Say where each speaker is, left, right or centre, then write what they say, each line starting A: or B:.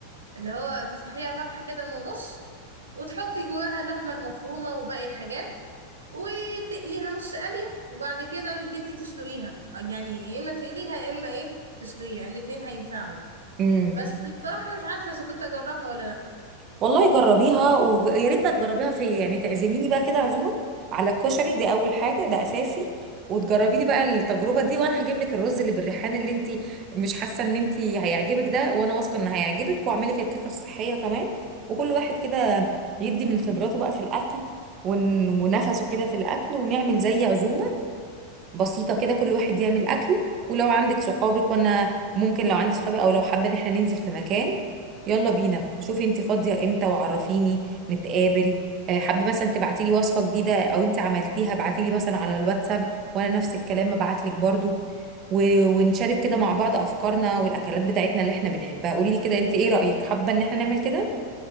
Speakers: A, on the right (about 75°); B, on the right (about 35°).
A: اللي هو تفتحيها فتحة كده من النص وتحطي جواها اللحمة المفرومة وباقي الحاجات وتقليها نص قلية وبعد كده انك انتي تسلقيها يعني يا اما تقليها يا اما ايه تسلقيها يعني الاتنين هينفعوا يعني.
B: امم
A: بس بصراحة مش عارفة اذا كنت اجربها ولا لا
B: والله جربيها ويا ريت بقى تجربيها فيا يعني تعزميني بقى كده عزومه على الكشري دي اول حاجه ده اساسي وتجربي لي بقى التجربه دي وانا هجيب لك الرز اللي بالريحان اللي انت مش حاسه ان انت هيعجبك ده وانا واثقه ان هيعجبك واعمل لك الكيكه الصحيه كمان وكل واحد كده يدي من خبراته بقى في الاكل ون- ونفسه كده في الاكل ونعمل زي عزومه بسيطة كده كل واحد يعمل أكله ولو عندك صحابك وأنا ممكن لو عندي صحابي أو لو حابة إن احنا ننزل في مكان يلا بينا شوفي انت فاضية امتى وعرفيني نتقابل آه، حابة مثلا تبعتيلي وصفة جديدة أو انت عملتيها ابعتيلي مثلا على الواتساب وأنا نفس الكلام ببعتلك برضو و- ونشارك كده مع بعض أفكارنا والأكلات بتاعتنا اللي احنا بنحبها قوليلي كده انت ايه رأيك حابة إن احنا نعمل كده؟